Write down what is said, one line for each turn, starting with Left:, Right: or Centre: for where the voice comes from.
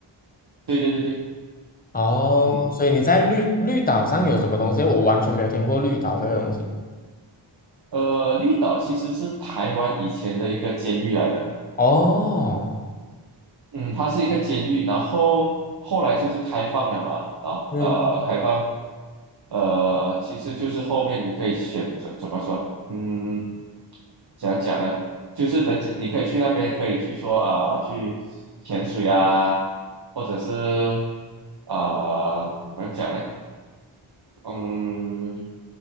Right: 对对对对，
Left: 哦，
Right: 嗯，
Left: 所以你在绿绿岛上有什么东西？我完全没有听过绿岛这个东西。
Right: 呃，绿岛其实是台湾以前的一个监狱来的。
Left: 哦，
Right: 嗯，它是一个监狱，然后后来就是开放了嘛，然后呃，
Left: 嗯，
Right: 开放，呃，其实就是后面你可以选择怎么说，嗯，怎样讲呢？就是人家你可以去那边，可以去说啊、去潜水啊，或者是啊、怎么样讲呢？嗯，